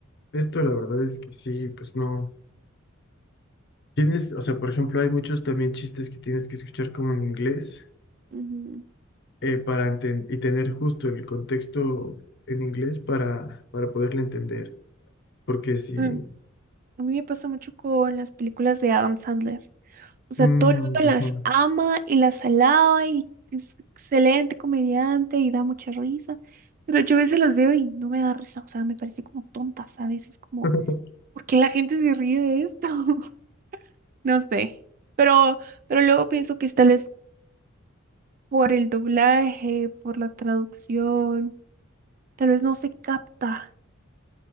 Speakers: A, on the left; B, on the right.
A: esto la verdad es que sí, pues no. Tienes, o sea, por ejemplo, hay muchos también chistes que tienes que escuchar como en inglés
B: Ujú.
A: eh, para enten- y tener justo el contexto en inglés para, para poderle entender. Porque si...
B: Mm, A mí me pasa mucho con las películas de Adam Sandler. O sea,
A: mm,
B: todo el mundo las
A: ujú.
B: ama y las alaba y es excelente comediante y da mucha risa. Pero yo a veces las veo y no me da risa. O sea, me parece como tontas a veces, como,
A: <laughs>
B: ¿por qué la gente se ríe de esto? <laughs> No sé. Pero, pero luego pienso que es tal vez por el doblaje, por la traducción tal vez no se capta